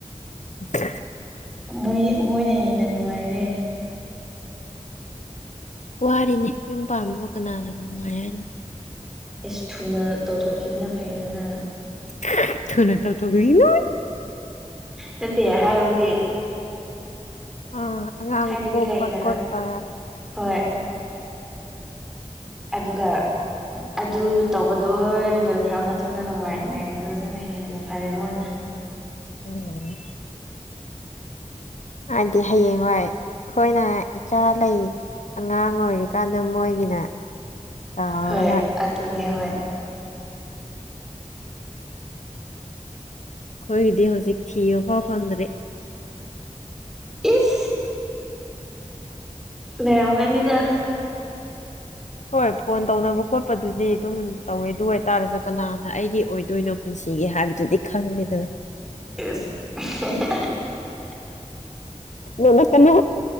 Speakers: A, on the left; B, in the centre.
A: <unintelligible>
B: ꯃꯣꯏ ꯃꯣꯏꯅ ꯍꯦꯟꯅ ꯅꯨꯡꯉꯥꯏꯔꯦ꯫
A: ꯋꯥꯔꯤꯅꯤ ꯌꯨꯝ ꯄꯥꯝꯕꯕꯨ ꯀꯅꯥꯅꯣ ꯅꯨꯡꯉꯥꯏ ꯍꯥꯏꯅꯣ꯫
B: ꯑꯦꯁ ꯊꯨꯅ ꯇꯧꯊꯣꯛꯈꯤꯕꯅ ꯐꯩꯗꯅ꯫
A: <unintelligible> ꯊꯨꯅ ꯇꯧꯊꯣꯛꯈꯤ <unintelligible>
B: ꯅꯠꯇꯦ꯫ ꯍꯥꯏꯕꯗꯤ꯫
A: ꯑꯥ ꯑꯉꯥꯡ
B: ꯍꯥꯏꯕꯗꯤ
A: ꯄꯣꯛꯄ
B: ꯂꯩꯗꯅ
A: ꯈꯣꯠꯄ꯫
B: ꯍꯣꯏ ꯑꯗꯨꯒ ꯑꯗꯨ ꯇꯧꯕ ꯂꯣꯏ ꯂꯣꯏꯈ꯭ꯔ ꯃꯇꯨꯡꯗ ꯅꯨꯡꯉꯥꯏꯅ ꯂꯩꯕꯗꯣ ꯑꯗꯨꯅ ꯍꯦꯟꯅ ꯐꯔꯦ ꯃꯣꯏꯅ꯫
A: ꯎꯝ꯫ ꯍꯥꯏꯗꯤ ꯍꯌꯦꯡꯋꯥꯏ ꯑꯩꯈꯣꯏꯅ ꯏꯆꯥ ꯂꯩ ꯑꯉꯥꯡ ꯑꯣꯏꯔꯤꯀꯥꯟꯗ ꯃꯣꯏꯒꯤꯅ꯫ ꯆꯥꯎꯔꯒ
B: ꯍꯣꯏ ꯑꯗꯨ ꯑꯗꯨꯅꯦ ꯍꯣꯏ <inaudible>
A: ꯑꯩꯈꯣꯏꯒꯤꯗꯤ ꯍꯧꯖꯤꯛ ꯊꯤꯕ ꯐꯥꯎ ꯐꯪꯗ꯭ꯔꯦ
B: ꯏꯁ
A: <inaudible>
B: ꯂꯩꯔꯝꯒꯅꯤꯗ
A: ꯍꯣꯏ ꯐꯣꯟ ꯇꯧꯅꯕ ꯈꯣꯠꯄꯗꯨꯗꯤ ꯑꯗꯨꯝ ꯇꯧꯋꯦ ꯑꯗꯨ ꯑꯣꯏꯇꯥꯔꯁꯨ ꯀꯅꯥꯅ ꯑꯩꯒꯤ ꯑꯣꯏꯗꯣꯏꯅꯣ ꯄꯨꯟꯁꯤꯒꯤ ꯍꯥꯏꯕꯗꯨꯗꯤ ꯈꯪꯗꯦꯗꯅ
B: ꯏꯁ <unintelligible>
A: ꯅꯣꯅ ꯀꯅꯣ